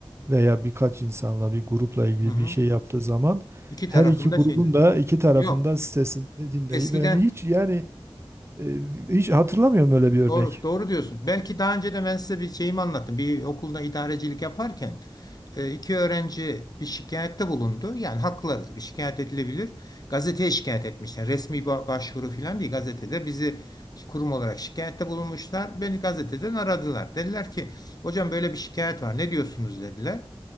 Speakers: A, on the right (about 30°); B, on the left (about 45°).
A: veya birkaç insanla bir grupla ilgili
B: Hı hı.
A: bir şey yaptığı zaman
B: İki
A: her
B: tarafında
A: iki grubun
B: şey ne?
A: da iki tarafında
B: Yok.
A: sesini dinleyip
B: Eskiden
A: yani hiç yani e, hiç hatırlamıyorum öyle bir örnek.
B: Doğru, doğru diyorsun. Belki daha önce de ben size bir şeyimi anlattım. Bir okulda idarecilik yaparken e, iki öğrenci bir şikayette bulundu. Yani hakları bir şikayet edilebilir. Gazeteye şikayet etmişler. Resmi ba- başvuru falan değil. Gazetede bizi kurum olarak şikayette bulunmuşlar. Beni gazeteden aradılar. Dediler ki hocam böyle bir şikayet var. Ne diyorsunuz dediler.